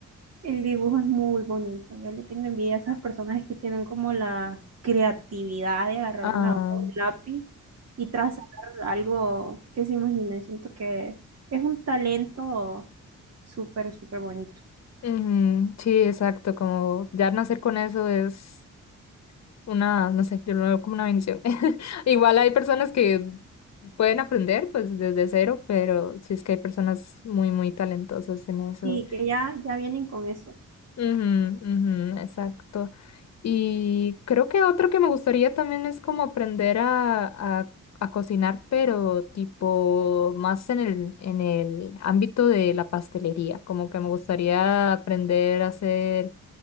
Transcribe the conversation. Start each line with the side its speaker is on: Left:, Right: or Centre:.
Right: El dibujo es muy bonito. Yo le tengo envidia a esas personas que tienen como la creatividad de agarrar
Left: Ah.
Right: una hoja, un lápiz y trazar algo que se imaginen. Siento que es un talento súper, súper bonito.
Left: Ujú, Sí, exacto, como ya nacer con eso es una, no sé, yo lo veo como una bendición. <laughs> Igual hay personas que pueden aprender pues desde cero, pero sí es que hay personas muy, muy talentosas en eso.
Right: Y que ya, ya vienen con eso.
Left: Ujú, ujú, exacto. Y creo que otro que me gustaría también es como aprender a, a, a cocinar, pero tipo más en el, en el ámbito de la pastelería, como que me gustaría aprender a hacer